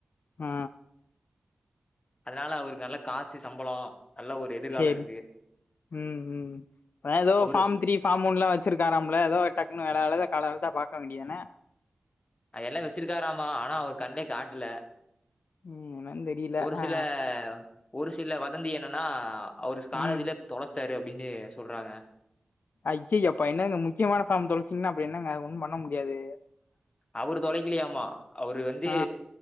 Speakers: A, on the left (about 80°); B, on the left (about 35°).
A: ஆ
B: அதனால அவருக்கு நல்ல காசு சம்பளொ நல்ல ஒரு எதிர்காலம்
A: சேரி
B: இருக்கு.
A: ம் ம் ஏதோ
B: அவரு
A: ஃபாம் த்ரி சாமூன்லா வச்சிருக்காராம்ல எதோ டக்குன்னு விலையத கால தா பாக்க வேண்டியதானெ
B: அதெல்லா வச்சிருக்காராமா ஆனா அவர் கண்லே காட்ல
A: ம் என்னன்னு தெரியல
B: ஒரு
A: ஆ
B: சில ஒரு சில வதந்தி என்னன்னா அவரு காலேஜ்லயே
A: ம்
B: தொலைச்சிட்டாரு அப்டின்னு சொல்றாங்க
A: அய்யய்யோ அப்ப என்ன இந்த முக்கியமான ஃபாம் தொலைச்சிங்கன்னா அப்டி என்னங்க அது ஒன்னு பண்ண முடியாது
B: அவரு தொலைக்கலையாமா அவரு வந்து
A: ஆ